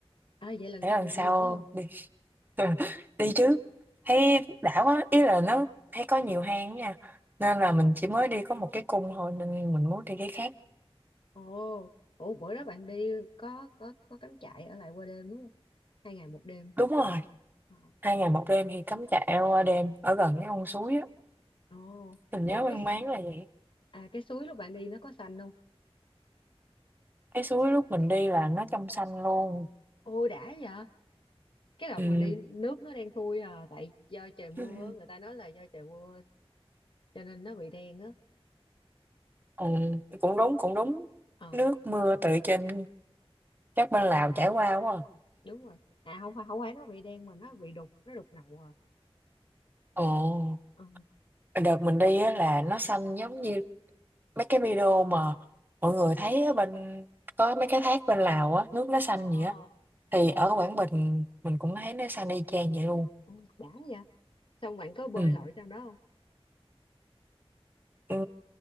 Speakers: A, on the left; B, on the right.
A: à vậy lần
B: để
A: sau
B: lần
A: mình
B: sau
A: đi nữa không
B: đi <laughs> đi chứ thấy đã quá ý là nó thấy có nhiều hang nha nên là mình chỉ mới đi có một cái cung thôi nên mình muốn đi cái khác
A: Ồ, ủa bữa đó bạn đi có có có cắm trại ở lại qua đêm đúng không? Hai ngày một đêm.
B: đúng rồi
A: Ờ.
B: hai ngày một đêm thì cắm trại qua đêm ở gần cái con suối á
A: Ồ,
B: mình nhớ
A: ủa cái
B: mang
A: s-
B: máng là vậy
A: à cái suối lúc bạn đi nó có xanh không?
B: cái suối lúc mình đi là nó trong xanh luôn
A: Ôi đã vậy. Cái đợt
B: ừ.
A: mình đi nước nó đen thui à tại do trời mưa,
B: ừ
A: người ta nói là do trời mưa cho nên nó bị đen á.
B: Ừ, cũng đúng cũng đúng
A: Ờ,
B: nước mưa từ trên các bên Lào chảy qua quá à.
A: đúng rồi. À không phải không phải nó bị đen mà nó bị đục, nó đục ngầu à.
B: ồ
A: Ờ.
B: đợt mình đi á, là nó xanh giống như mấy cái video mà mọi người thấy ở bên có mấy cái thác bên Lào á nước nó xanh
A: Ờ.
B: vậy á thì
A: Ồ,
B: ở Quảng Bình mình cũng thấy nó xanh y chang vậy luôn
A: ồ, đã vậy. Xong bạn có bơi
B: ừ.
A: lội trong đó không?
B: ừ.